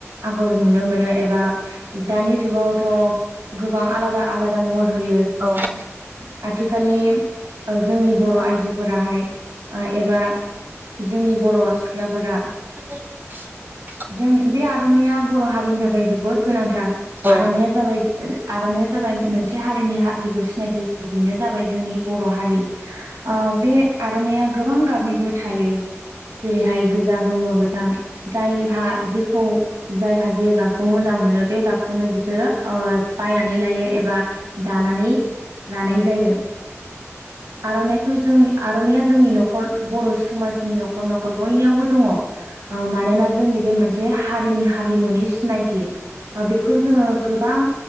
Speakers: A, on the right; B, on the right.
A: आगर नुनो मोनो एबा दानि जुगावथ' गोबां आलादा आलादा महर होयो आ
B: औ
A: आथिखालनि ओ जोंनि बर' आइजोफोराहाय ओ एबा जोंनि बर' सिख्लाफोरा
B: <unintelligible>
A: जों बे आर'नाइया बर' हारिनि थाखाय जोबोद गोनांथार
B: औ
A: आर'नाइया जाबाय <unintelligible> आर'नाया जाबाय मोनसे हारिनि हारिखौ सिनायथि बेनो जाबाय जोंनि बर' हारि ओ ओ बे आर'नाया गोबां गाबनिबो थायो जेरैहाय गोज आ गोमो गोथां जायहा जेखौ जायहा जे गाबखौ मोजां मोनो बे गाबखौनो बिसोरो ओ बायनानै लायो एबा दानानै लानाय जायो। आर'नाइखौ जों आर'नाइया जोंनि न'खर बर' समाजनि न'खर न'खर बयनियावबो दङ। ओ मानोना जोंनि बे मोनसे हारिनि हारिमुनि सिनायथि। बेखौ जोङो गोबां